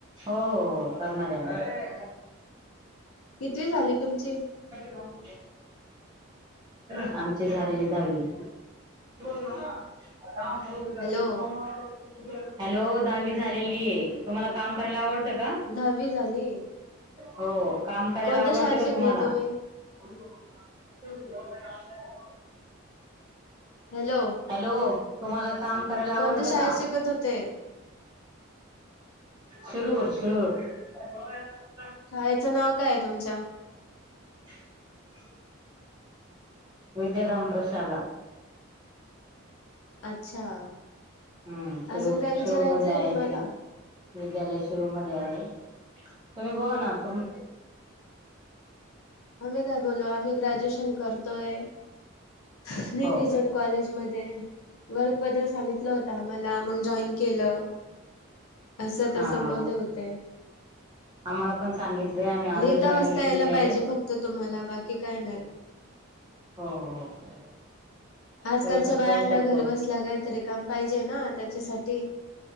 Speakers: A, on the right (about 20°); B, on the left (about 85°).
A: हो, करणार आहे
B: कितवी झाली तुमची
A: आम्ही. <unintelligible> आमची झालेली दहावी. <unintelligible>
B: हॅलो
A: हॅलो दहावी झालेली आहे, तुमला काम करायला आवड तं का?
B: दहावी झाली
A: हो काम करायला
B: कोणत्या
A: आवडत
B: शाळेत
A: का
B: शिकले
A: तुम्हाला?
B: तुम्ही
A: <unintelligible>
B: हॅलो
A: हॅलो, तुम्हाला काम करायला आवडत
B: कोणत्या शाळेत
A: का?
B: शिकत होते
A: शिरूर शिरूर. <unintelligible>
B: शाळेचं नाव काय आहे तुमच्या?
A: <inaudible> विद्याधाम प्रशाला.
B: अच्छा.
A: हम्म, शिरूर
B: अजून काय विचारायचंय
A: शिरूरमध्ये आहे
B: तुम्हाला
A: ते वि विद्यालय शिरूर मध्ये आहे. तुम्ही बोला ना तुम
B: आम्ही काय बोलो, आम्ही ग्रॅज्युएशन करतोय. <unintelligible>
A: हो हा
B: कॉलेज मध्ये आहे. वर्क बद्दल सांगितलं होत आम्हाला, मग जॉईन केलं. असं तसं
A: हा
B: बोलले
A: हा
B: होते.
A: आम्हाला पण सांगितलंय, आम्ही आजच
B: लिहिता
A: जॉईनिंग
B: वाचता यायला
A: केली आहे.
B: पाहिजे फक्त तुम्हाला बाकी काय नाही.
A: हो हो हो.
B: आजकालच्या
A: सगळं तर
B: बायांना
A: करू शकतो
B: घरी बसल्या काहीतरी काम पाहिजे ना, त्याच्यासाठी